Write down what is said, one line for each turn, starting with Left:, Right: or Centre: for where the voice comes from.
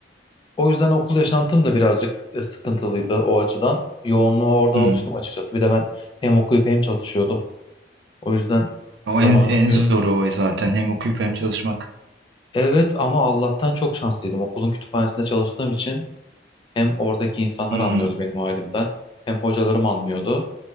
Left: o yüzden okul yaşantım da birazcık e, sıkıntılıydı o açıdan. Yoğunluğa orada
Right: Hı.
Left: alıştım açıkçası. Bir de ben hem okuyup hem çalışıyordum. O yüzden
Right: O
Left: zamanım
Right: en, en
Left: yok.
Right: zoru o zaten. Hem okuyup hem çalışmak.
Left: Evet ama Allah'tan çok şanslıydım. Okulun kütüphanesinde çalıştığım için hem oradaki insanlar
Right: Hı.
Left: anlıyordu benim halimden hem hocalarım anlıyordu.